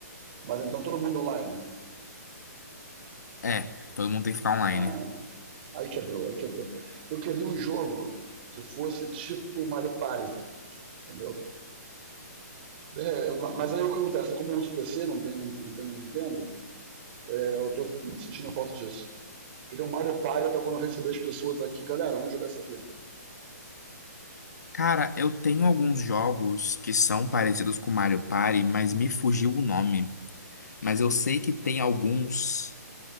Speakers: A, on the right; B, on the left.
A: Mas então todo mundo online.
B: É, todo mundo tem que ficar online.
A: Ah, aí quebrou, aí quebrou. Eu queria um jogo que fosse tipo Mario Party, entendeu? É, mas aí o que acontece? Como eu uso PC, não tenho, não tenho Nintendo, é, eu tô sentindo falta disso. Queria um Mario Party pra quando eu receber as pessoas aqui. Galera, vamos jogar isso aqui.
B: Cara, eu tenho alguns jogos que são parecidos com Mario Party, mas me fugiu o nome. Mas eu sei que tem alguns.